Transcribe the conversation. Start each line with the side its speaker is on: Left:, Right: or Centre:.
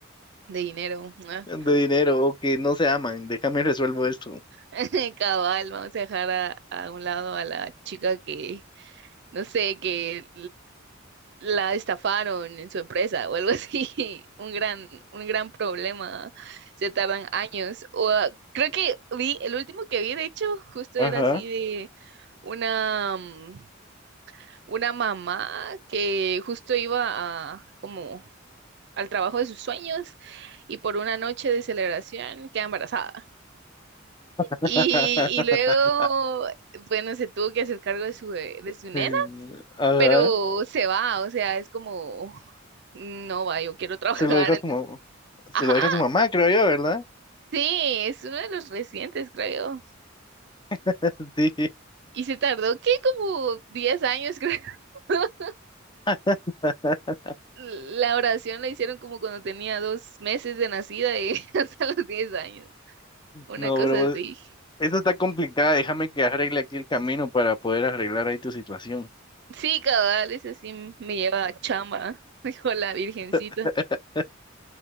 Right: de dinero. ah.
Left: de dinero o que no se aman. Déjame resuelvo esto.
Right: <laughs> Cabal, vamos a dejar a, a un lado a la chica que, no sé, que la estafaron en su empresa o algo así, <laughs> un gran, un gran problema, se tardan años. O, ah, creo que vi, el último que vi, de hecho, justo
Left: Ajá.
Right: era así de una, mm, una mamá que justo iba a, como al trabajo de sus sueños y por una noche de celebración queda embarazada.
Left: <laughs>
Right: Y, y luego, bueno, se tuvo que hacer cargo de su, bebé- de su nena
Left: Mm, Ajá.
Right: pero se va, o sea, es como, no va, yo quiero <laughs> trabajar,
Left: Se lo dejo a
Right: entonces,
Left: su, mam- se
Right: ajá,
Left: lo deja a su mamá, creo yo, ¿verdad?
Right: sí, es uno de los recientes, creo.
Left: <laughs> Sí.
Right: Y se tardó, ¿qué? Como 10 años, creo. <laughs>
Left: <laughs>
Right: La oración la hicieron como cuando tenía dos meses de nacida y <laughs> hasta los 10 años, una
Left: No,
Right: cosa
Left: bro,
Right: así.
Left: Esta está complicada, déjame que arregle aquí el camino para poder arreglar ahí tu situación.
Right: Sí, cabal, eso sí m- me lleva a chamba, <laughs> dijo la virgencita.
Left: <laughs>